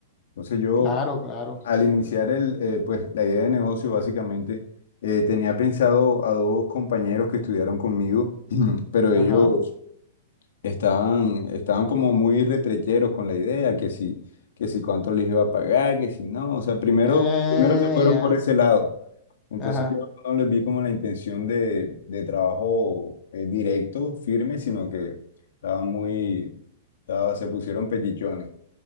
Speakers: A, on the left; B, on the left.
A: Entonces yo
B: Claro, claro.
A: al iniciar el, eh, pues la idea de negocio básicamente eh, tenía pensado a dos compañeros que estudiaron conmigo, <clears throat> pero
B: Ajá.
A: ellos estaban, estaban como muy retrecheros con la idea, que si, que si cuánto les iba a pagar, que si no, o sea, primero,
B: Ah,
A: primero se fueron
B: ya.
A: por ese lado. Entonces
B: Ajá.
A: yo no les vi como la intención de, de trabajo eh, directo, firme, sino que estaban muy, estaba, se pusieron pellichones.